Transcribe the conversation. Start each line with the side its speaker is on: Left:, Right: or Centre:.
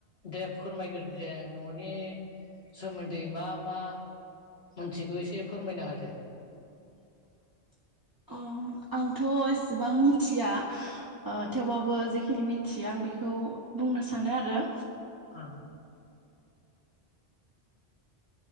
Left: दे फोरमायग्रो दे न'नि सोमोन्दै मा मा मोनथिगौ एसे फोरमायना होदो
Right: <inaudible> <unintelligible> अ आंथ' एसेबां मिथिया ओ थेवबाबो जिखिनि मि थि आं बेखौ बुंनो सानो आरो
Left: ओं